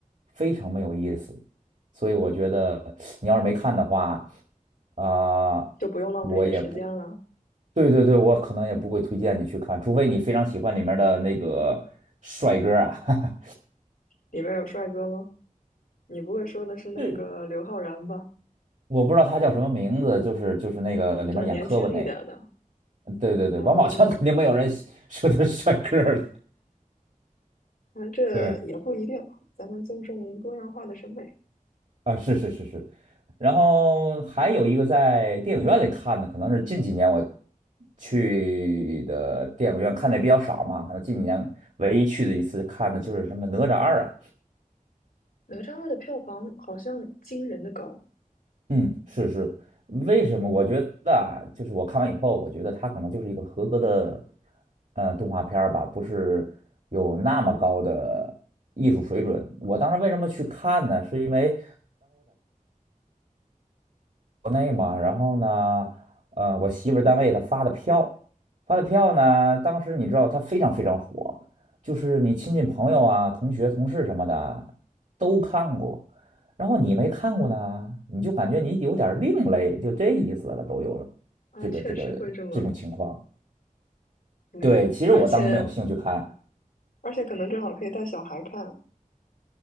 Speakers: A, on the right; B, on the left.
A: 非常没有意思。所以我觉得你要是没看的话，啊、
B: 就不用浪费这时间了。
A: 我也不，对对对，我可能也不会推荐你去看，除非你非常喜欢里面的那个帅哥啊，
B: 里面有帅哥吗？你不会说的是那个刘昊然吧？
A: <laughs> 就我不知道他叫什么名字，就是就是那个里面演磕巴那
B: 就是年轻一点的
A: 个，对对对，
B: 啊，
A: 王宝强肯定没有人喜说他是帅哥的，
B: 对，那这也不一定，
A: <laughs> 对。
B: 咱们尊重多样化的审美。
A: 啊，是是是是，然后还有一个在电影院里看的，可能是近几年我去的电影院看的也比较少嘛，可能近几年唯一去的一次看的就是什么《哪吒二》啊，
B: 哪吒二的票房好像惊人的高
A: 嗯，是是，为什么？我觉得啊，就是我看完以后，我觉得它可能就是一个合格的呃动画片儿吧，不是有那么高的艺术水准。我当时为什么去看呢？是因为国内嘛，然后呢，呃，我媳妇儿单位她发的票，发的票呢，当时你知道它非常非常火，就是你亲戚朋友啊、同学、同事什么的都看过，然后你没看过呢，你就感觉你有点儿另类，就这意思了，都有了，
B: 啊，
A: 这个这个这种情况。
B: 确实会这么对，
A: 对，其实我当时没有兴趣看，
B: 而且而且可能正好可以带小孩看